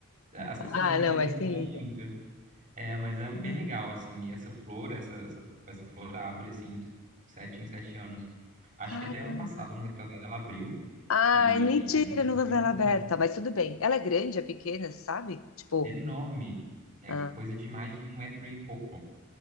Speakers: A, on the right; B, on the left.
A: é, as pessoas
B: ah,
A: inclusive
B: não, mas
A: reclamam
B: quem liga?
A: muito. É, mas é bem
B: Sim.
A: legal, assim, e essa flor, essa, essa, essa flor abre, assim, de sete em sete anos. Acho
B: Caramba.
A: que até ano passado, ano retrasado, ela abriu,
B: Ai,
A: e
B: mentira,
A: é uma coisa
B: não novela
A: bem
B: aberta,
A: famosa.
B: mas tudo bem. Ela é grande, é pequena, sabe? Tipo,
A: Enorme, é
B: Ah,
A: coisa de mais de um metro e pouco,